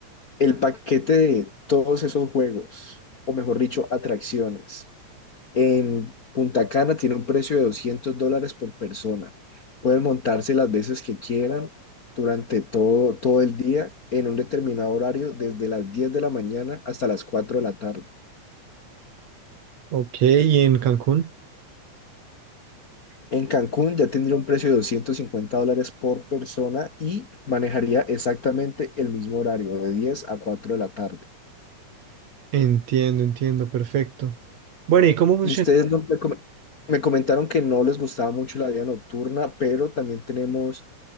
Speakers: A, on the left; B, on the right.
A: el paquete de todos esos juegos, o mejor dicho, atracciones, en Punta Cana tiene un precio de 200 dólares por persona. Pueden montarse las veces que quieran durante todo, todo el día en un determinado horario, desde las 10 de la mañana hasta las 4 de la tarde.
B: Ok, ¿y en Cancún?
A: En Cancún ya tendría un precio de 250 dólares por persona y manejaría exactamente el mismo horario, de 10 a 4 de la tarde.
B: Entiendo, entiendo, perfecto. Bueno, ¿y cómo funciona?
A: Y ustedes no me, come- me comentaron que no les gustaba mucho la vida nocturna, pero también tenemos